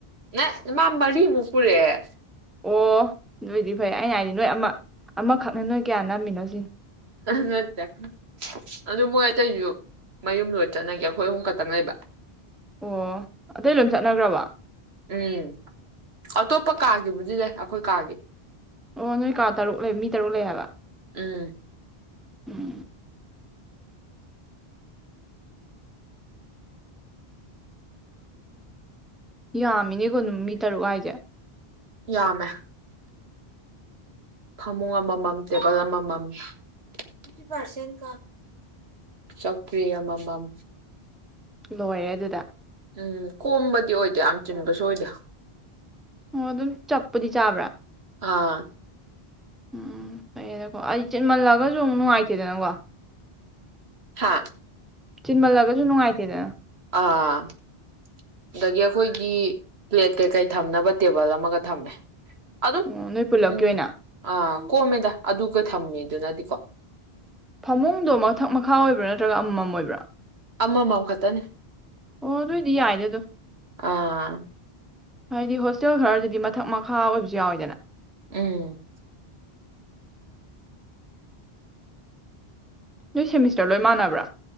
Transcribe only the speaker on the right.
ꯅ ꯃꯥ ꯃꯔꯤꯃꯨꯛ ꯄꯨꯔꯛꯑꯦ
ꯅꯠꯇꯦ ꯑꯗꯨ ꯃꯣꯏ ꯑꯇꯩꯁꯨ ꯃꯌꯨꯝ ꯂꯣꯏ ꯆꯠꯅꯒꯦ ꯑꯩꯈꯣꯏ ꯑꯍꯨꯝ ꯈꯛꯇꯪ ꯂꯩꯕ
ꯎꯝ ꯑꯇꯣꯞꯄ ꯀꯥꯒꯤꯕꯨꯗꯤ ꯂꯩ ꯑꯩꯈꯣꯏ ꯀꯥꯒꯤ
ꯎꯝ
ꯌꯥꯃꯦ ꯐꯃꯨꯡ ꯑꯃꯃꯝ ꯇꯦꯕꯜ ꯑꯃꯃꯝ ꯀꯤ ꯐꯥꯔꯁꯦꯟ ꯀ ꯆꯀ꯭ꯔꯌꯥ ꯃꯃꯝ
ꯎꯝ ꯀꯣꯝꯕꯗꯤ ꯑꯣꯏꯗꯦ ꯌꯥꯝ ꯆꯤꯟꯕꯁꯨ ꯑꯣꯏꯗꯦ
ꯑꯥ
ꯍꯥꯥ
ꯑ <inaudible> ꯑꯗꯒꯤ ꯑꯩꯈꯣꯏꯒꯤ ꯄ꯭ꯂꯦꯠ ꯀꯩꯀꯩ ꯊꯝꯅꯕ ꯇꯦꯕꯜ ꯑꯃꯒ ꯊꯝꯃꯦ ꯑꯗꯨ ꯑꯗꯨꯝ
ꯎꯝ
ꯑ ꯀꯣꯝꯃꯦꯗ ꯑꯗꯨꯒ ꯊꯝꯃꯦꯗꯨꯅꯗꯤꯀꯣ
ꯑꯃꯃꯝ ꯈꯛꯇꯅꯤ
ꯑꯥ
ꯎꯝ